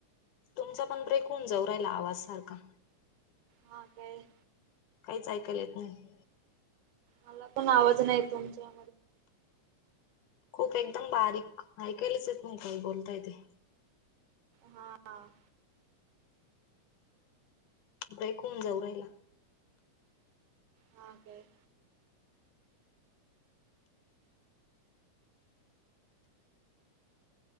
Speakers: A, on the left; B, on the right.
A: तुमचा पण ब्रेक होऊन जऊ राहिला आवाज सारखा.
B: हा काय.
A: काहीच ऐकायला येत नाही.
B: मला पण आवाज नाही येतं तुमचा.
A: खूप एकदम बारीक, ऐकायलच येत नाही काय बोलता ते.
B: हां.
A: ब्रेक होन जाऊ राहिला.
B: हा काय.